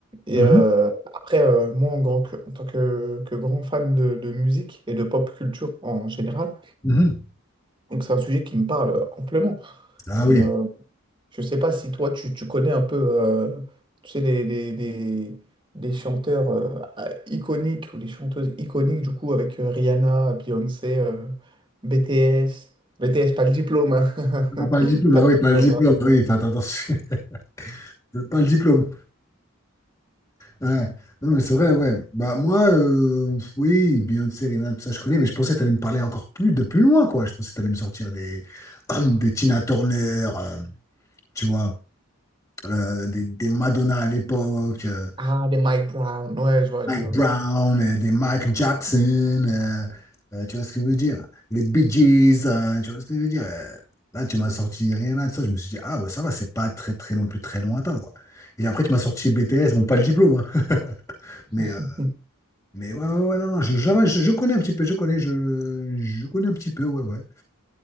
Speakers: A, on the right; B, on the left.
A: Et
B: Mhm,
A: euh, après, euh, moi, en, grand que- en tant que, que grand fan de, de musique et de pop culture en général,
B: mhm.
A: donc c'est un sujet qui me parle amplement.
B: Ah
A: Et
B: oui,
A: euh, je sais pas si toi, tu, tu connais un peu, euh, tu sais, les, les, les- les chanteurs euh, ah, iconiques ou les chanteuses iconiques, du coup, avec euh, Rihanna, Beyoncé, euh, BTS. BTS, pas le diplôme, hein. <laughs>
B: Ah, pas le diplôme,
A: Pas
B: ah
A: le
B: oui,
A: diplôme.
B: pas le diplôme, ah oui, faites attention, <laughs> pas le diplôme. Ouais. Non, mais c'est vrai, ouais. Bah, moi, euh, oui, Beyoncé, Rihanna, tout ça, je connais, mais je pensais que tu allais me parler encore plus de plus loin, quoi. Je pensais que tu allais me sortir des, <clears throat> des Tina Turner, euh, tu vois. euh, des, des Madonna à l'époque, euh,
A: Ah, des Mike Brown. Ouais, je vois,
B: Mike
A: je vois, je
B: Brown,
A: vois.
B: euh, des Mike Jackson, euh, euh, tu vois ce que je veux dire? Les Bee Gees, euh, tu vois ce que je veux dire? Euh, là, tu m'as sorti rien là de ça, je me suis dit, ah ouais, ça va, c'est pas très très non plus très lointain, quoi. Et après, tu m'as sorti BTS, bon, pas le diplôme, hein, <laughs>
A: <laughs>
B: mais, euh, mais ouais, ouais, ouais, non, non, je, je, je connais un petit peu, je connais, je, je connais un petit peu, ouais, ouais.